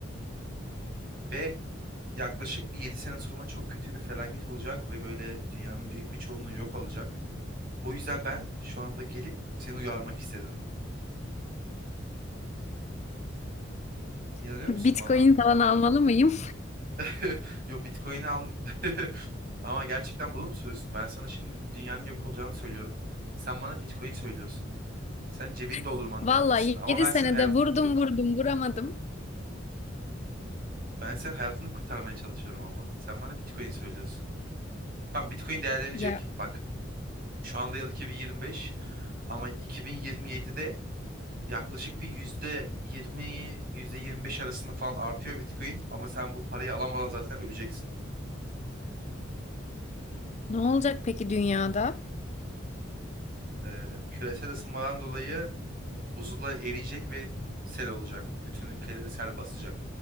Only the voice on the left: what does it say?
<laughs> Bitcoin
falan almalı mıyım?
<laughs>
Vallahi
7
senede
vurdum
vurdum vuramadım.
Ya
ne olacak peki dünyada?